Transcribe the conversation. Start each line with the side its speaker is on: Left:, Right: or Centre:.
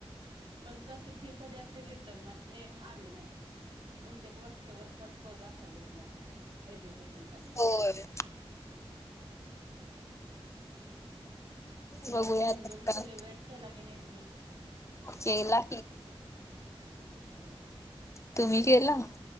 Right: पण तशी फी कधी अशी रिटर्न आली नाही. बहुतेक वर्ष वर कट होत असावी आपल्या एज्युकेशन साठी
Left: होय.
Right: हम् मग
Left: बघूया
Right: बेंदूर
Left: आता
Right: सेलिब्रेट
Left: काय
Right: केला की नाही तुम्ही
Left: केला.
Right: हम्म हम्
Left: तुम्ही केला.